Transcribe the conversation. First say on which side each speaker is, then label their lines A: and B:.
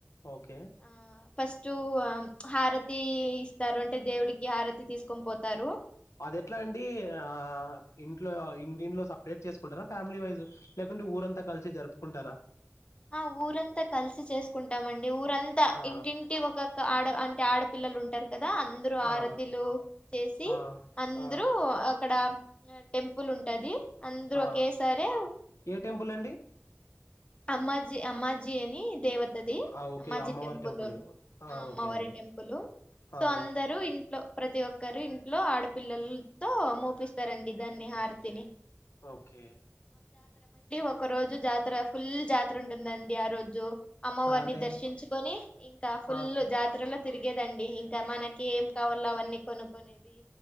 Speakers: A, on the left; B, on the left.
A: ఓకే
B: ఆ ఫస్ట్ హారతి ఇస్తారు అంటే దేవుడికి హారతి తీసుకొని పోతారు
A: అది ఎట్లా అండి ఆ ఇంట్లో ఇంటింట్లో సపరేట్ చేసుకుంటారా ఫ్యామిలీ వైజ లేకుంటే ఊరంతా కలిసి జరుపుకుంటారా
B: ఆ ఊరంతా కలిసి చేసుకుంటామండి ఊరంతా
A: ఆ
B: ఇంటింటి ఒక్క ఆడ అంటే ఆడపిల్ల వాళ్ళు ఉంటర కదా అందరు ఆరతిలు
A: ఆ
B: చేసి
A: ఆ
B: అందరూ
A: ఆ
B: అక్కడ టెంపుల్ ఉంటది అందరు
A: ఆ
B: ఒకేసరే
A: ఏ టెంపుల్ అండి
B: అమ్మా అమ్మాజీ అని దేవతది
A: ఆ ఓకే
B: అమ్మాజీ
A: అమ్మవారి
B: టెంపుల్
A: ఆ
B: అమ్మవారి
A: ఓకే అండి
B: టెంపుల్ సో
A: ఆ
B: అందరు ఇంట్లో ప్రతి ఒక్కరు ఇంట్లో ఆడ పిల్లలతో మోపిస్తారండి దాన్ని హరతిని
A: ఓకే
B: ఒక రోజు జాతర ఫుల్ జాతర ఉంటుందండి ఆ రోజు అమ్మవారిని
A: ఆ! అంటే
B: దర్శించుకొని ఇంకా ఫుల్
A: ఆ
B: జాతరలో తిరిగేదండి ఇంకా మనకి ఏం కావాలో అవన్నీ కొనుకునేది